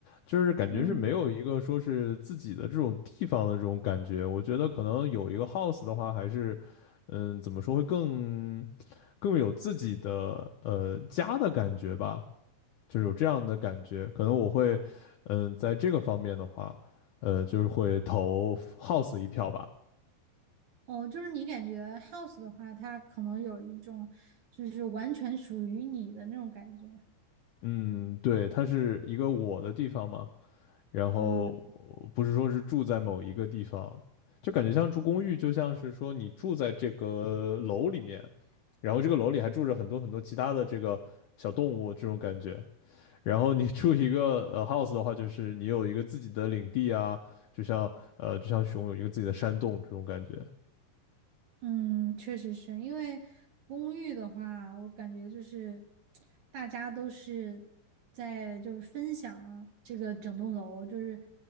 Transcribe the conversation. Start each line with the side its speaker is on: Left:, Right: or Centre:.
Left: 就是感觉是没有一个说是自己的这种地方的这种感觉。
Right: 嗯，
Left: 我觉得可能有一个 house 的话，还是嗯、怎么说会更更有自己的呃家的感觉吧。就是有这样的感觉。可能我会，嗯，呃在这个方面的话，呃，就是会投 House 一票吧。
Right: 哦，就是你感觉 house 的话，它可能有一种就是完全属于你的那种感觉。
Left: 嗯，对，它是一个我的地方嘛，然后
Right: 嗯。
Left: 不是说是住在某一个地方，就感觉像住公寓，就像是说你住在这个楼里面，然后这个楼里还住着很多很多其他的这个小动物这种感觉。然后你住一个呃 house 的话，就是你有一个自己的领地啊，就像呃就像熊有一个自己的山洞这种感觉。
Right: 嗯，确实是因为公寓的话，我感觉就是大家都是在就是分享这个整栋楼，就是